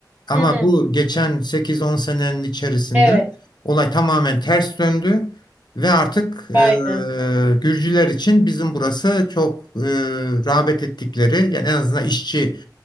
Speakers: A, on the left; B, on the right.
A: Ama
B: Hı hı.
A: bu geçen 8-10 senenin içerisinde
B: Evet.
A: olay tamamen ters döndü ve artık
B: Aynen.
A: e, Gürcüler için bizim burası çok e, rağbet ettikleri yani en azından işçi